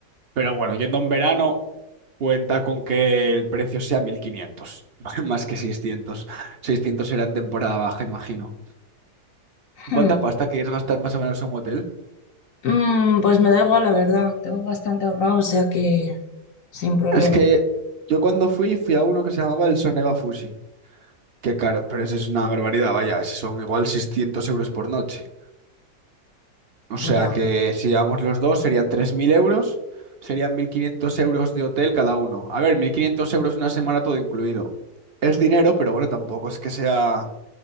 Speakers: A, on the right; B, on the left.
A: pero bueno, yendo en verano. Cuenta con que el precio sea 1500 <laughs> más que seiscientos seiscientos será en temporada baja, imagino.
B: Hmm.
A: ¿Cuánta pasta quieres gastar más o menos en un hotel?
B: Mm, pues me da igual, la verdad. Tengo bastante ahorrado, o sea que sin problema.
A: Es que yo cuando fui, fui a uno que se llamaba el Soneva Fusi. Qué caro, pero eso es una barbaridad, vaya, esos son igual 600 euros por noche. O sea
B: Ya.
A: que si llevamos los dos serían 3.000 euros, serían 1.500 euros de hotel cada uno. A ver, 1.500 euros una semana todo incluido. Es dinero, pero bueno, tampoco es que sea